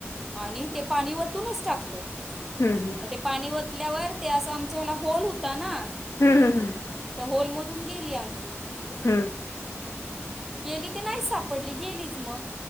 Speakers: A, in the centre; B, on the left.
A: आणि ते पाणी वतूनच टाकलं.
B: हम् हम्.
A: मग पाणी वतल्यावर ते असं आमच्या ह्याला होल होता ना?
B: हम्. हम. ह.
A: त्या होलमधून गेली आंगठी.
B: हम्म.
A: गेली ते नाहीच सापडली. गेलीच मग.